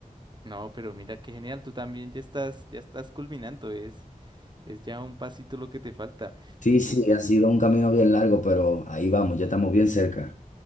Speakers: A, on the right; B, on the left.
A: No, pero mira qué genial, tú también ya estás, ya estás culminando, es, es ya un pasito lo que te falta.
B: Sí, sí, ha sido un camino bien largo, pero ahí vamos, ya estamos bien cerca.